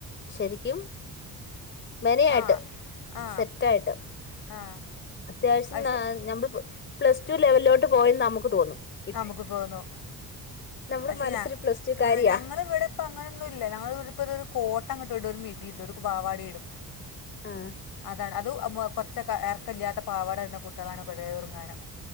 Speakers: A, on the left; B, on the left.
A: ശരി ക്കും മെനയായിട്ട്
B: ആ ആ
A: സൊറ്റായിട്ട്
B: ആ
A: അത്യാവ ശ്യം
B: പക്ഷെ
A: ന ലെവൽലോട്ട് പോയെന്ന് നമുക്ക് തോന്നും ഇപ്പ
B: നമുക്ക് തോന്നുന്നു
A: നമ്മുടെ
B: പക്ഷെ
A: മനസ്സില്
B: ഞ
A: പ്ലസ് ടു കാരിയാ
B: ഞങ്ങ ഇവിടെപ്പ അങ്ങനൊന്നുംല്ല ഞങ്ങ ഇവിടെപ്പ ഇ കോട് <unintelligible> മിഡി ഇടും ഒരു പാവാടയ്യും ഇടും
A: ആഹ്
B: അതാണ് അത് അതും കുറച്ചക്കെ ഏർക്കല്ലാത്ത പാവട ഇടുന്ന കൂട്ടളാണ് ഇവടെ <unintelligible>